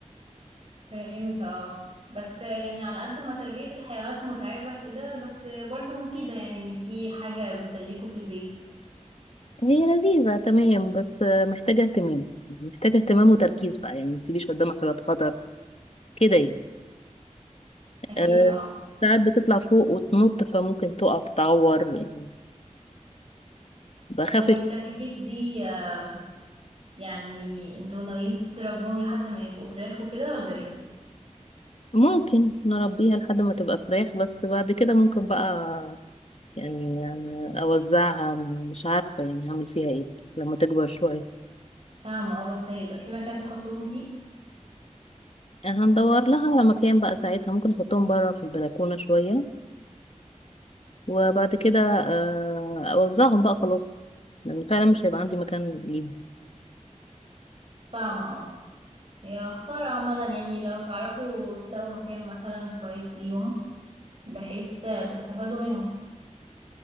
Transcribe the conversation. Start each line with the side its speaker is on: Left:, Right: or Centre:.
Right: امتى اه بس يعني على قد ما تربية الحيوانات متعبة كده بس برضو مفيدة يعني ان في حاجة بتسليكوا في البيت
Left: هي لذيذة تمام بس محتاجة اهتمام محتاجة اهتمام وتركيز بقى يعني ما تسيبيش قدامك حاجات خطر كده يعني
Right: <laughs> اكيد
Left: أه
Right: اه
Left: ساعات بتطلع فوق وتنط فممكن تقع تتعور يعني بخاف
Right: طب والكتاكيت دي آم، يعني انتوا ناويين تربوهم لحد ما يبقوا فراخ وكده ولا ايه
Left: ممكن نربيها لحد ما تبقى فراخ بس بعد كده ممكن بقى يعني أنا أوزعها مش عارفة يعني هعمل فيها ايه لما تكبر شوية
Right: فاهمة اه بس هيبقى في مكان تحطوهم فيه
Left: هندور لها مكان بقى ساعتها ممكن احطهم بره في البلكونة شوية وبعد كده آه، اوزعهم بقى خلاص لان فعلا مش هيبقى عندي مكان ليهم
Right: فاهمة اه يا خسارة عامة يعني لو تعرفوا تلاقوا مكان مثلا كويس ليهم بحيث تستفادوا منهم